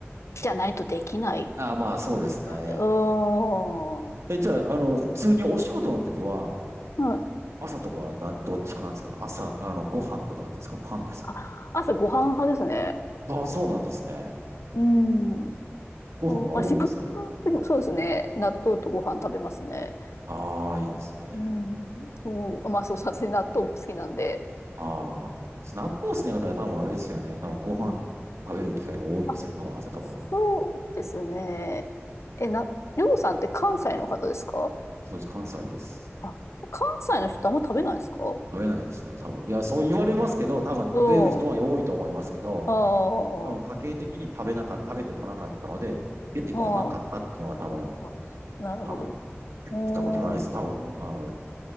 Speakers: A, on the left; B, on the right.
A: じゃないとできない
B: ああ、まあそうですね。
A: なで、うーん。
B: え、じゃあ、あの、普通にお仕事の時は、
A: うん。
B: 朝とかはな、どっちかなんですか朝、あの、ご飯とかですかパンですか
A: あ、朝ご飯派ですね。
B: ああ、そうなんですね。
A: うん。
B: ご飯が多いんですか
A: そう、まあ、仕事でもそうですね。納豆とご飯食べますね。
B: ああ、いいですね。
A: うん。こう、まあ、そう、さすがに納豆も好きなんで。
B: ああ。納豆好きな方は多分あれですよね。多分ご飯食べる機会が多いんですね。
A: うん。あ、
B: 多分朝とかは。
A: そうですね。え、な、りょうさんって関西の方ですか
B: そうです。関西です。
A: あ、関西の人ってあんま食べないんですか
B: 食べないですね。多分。いや、そう言われますけど、多分食べる人は多いと思いますけど、
A: うん。ああ、
B: 多分家計的に食べなか、食べてこなかったので、出てこなかったっていうのは多分、
A: ああ、なるほど。
B: はい。
A: おー、
B: 来たことないです。多分、あの、